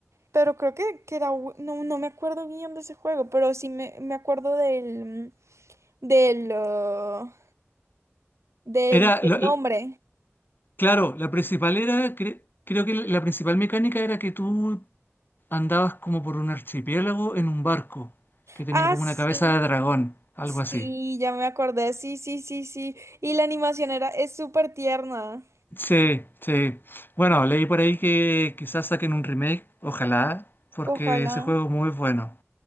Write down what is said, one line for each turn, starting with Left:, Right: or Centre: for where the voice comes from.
Right: pero creo que, que era, u- no, no me acuerdo bien de ese juego, pero sí me, me acuerdo del, del, ah, del,
Left: Era,
Right: del
Left: lo-
Right: nombre.
Left: lo- claro, la principal era, cre- creo que la principal mecánica era que tú Andabas como por un archipiélago en un barco que tenía
Right: Ah,
Left: como
Right: sí,
Left: una cabeza de dragón, algo
Right: sí,
Left: así.
Right: ya me acordé, sí, sí, sí, sí. Y la animación era, es súper tierna.
Left: Sí, sí. Bueno, leí por ahí que quizás saquen un remake, ojalá, porque
Right: Ojalá.
Left: ese juego es muy bueno,